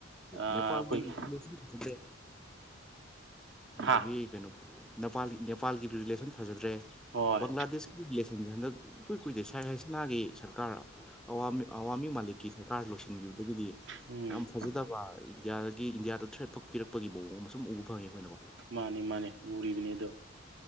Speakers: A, on the right (about 60°); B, in the centre.
A: ꯑꯩꯈꯣꯏꯒꯤ
B: ꯅꯦꯄꯥꯜ ꯁꯗ ꯑꯗꯨꯗꯒꯤ
A: ꯍꯥ
B: ꯀꯩꯅꯣ ꯅꯄꯥꯜ ꯅꯦꯄꯥꯜꯒꯤꯗꯤ ꯔꯤꯂꯦꯁꯟ ꯐꯖꯗ꯭ꯔꯦ
A: ꯍꯣꯏ
B: ꯕꯪꯒ꯭ꯂꯥꯗꯦꯁꯀꯤꯁꯟ ꯟꯁꯦ ꯍꯟꯗꯛ ꯏꯀꯨꯏ ꯀꯨꯏꯗꯦ ꯁꯥꯏ ꯍꯥꯏꯁꯅꯥꯒꯤ ꯁꯔꯀꯥꯔ ꯑꯋꯥ ꯑꯋꯥ ꯃꯥꯂꯤꯛꯀꯤ ꯁꯔꯀꯥ ꯂꯣꯏꯁꯤꯟꯈꯤꯕ ꯑꯗꯒꯤꯗꯤ
A: ꯎꯝ
B: ꯌꯥꯝ ꯐꯖꯗꯕ ꯏꯟꯗꯤꯌꯥꯒꯤ ꯏꯟꯗꯤꯌꯥꯗ ꯊ꯭ꯔꯦꯠꯄꯛ ꯄꯤꯔꯛꯄꯒꯤ ꯃꯑꯣꯡ ꯀꯣꯡꯕ ꯁꯨꯝ ꯎꯕ ꯐꯉꯦꯈꯣꯏꯅꯣ
A: ꯃꯥꯅꯦ ꯃꯥꯅꯦ ꯎꯔꯤꯕꯅꯤ ꯑꯗꯣ